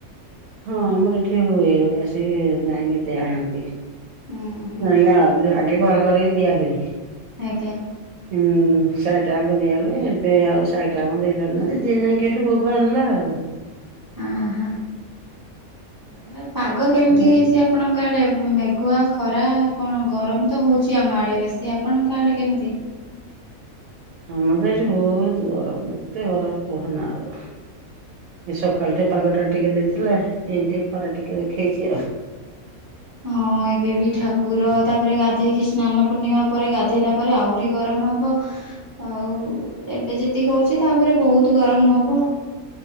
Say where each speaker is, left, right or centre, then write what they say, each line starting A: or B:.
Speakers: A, on the right (about 80°); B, on the right (about 30°).
A: ହଁ ଆମର ଏଠି ହୁଏ ସିଏ ଆସିକି ଯାଇକି ଆଣନ୍ତି।
B: ହୁଁ ହୁଁ
A: ଆଜ୍ଞା ଆଗେ ଘରେ ଘରେ ବି ଦିଆ ହୁଏ।
B: ଆଜ୍ଞା।
A: ହୁଁ ଶହେ ଟଙ୍କା କୁଦିଆ ହୁଏ ଏବେ ଆଉ ଶହେ ଟାଣ ଦେଇ ପାରୁନାହାନ୍ତି ଯେଠି ଭଗବ ଆଣିଲା ଆଉ <inaudible>
B: ଅହ ଆଉ ପାଗ କେମିତି
A: ହୁଁ
B: ହେଇଛି? ଆପଣଙ୍କ ଆଡ଼େ ମେଘୁଆ ଖରା କଣ ଗରମ ତ ହେଉଛି ଆମ ଆଡ଼େ ବେଶୀ ଆପଣଙ୍କ ଆଡ଼େ କେମିତି? <unintelligible>
A: ଆମର ଏଠି ବହୁତ ଗରମ ଏତେ ଗରମ କୁହନା ଆଉ। ଏ ସକାଳ ଟେ ପାଗ ଟା ଟିକେ ଦେଇଥିଲା ଏବେ ଖରା ଟିକେ ଦେଖେଇଛି ଆଉ।
B: ହଁ ଏବେ ବି ଠାକୁର ତାପରେ ଗାଧୋଇକି ସ୍ନାନ ପୂର୍ଣ୍ଣିମା ପରେ ଗାଧୋଇଲା ପରେ ଆହୁରି ଗରମ ହବ। ଆଉ ଏବେ ଯେତିକି ହଉଛି ତାପରେ ବହୁତ ଗରମ ହବ ଆଉ।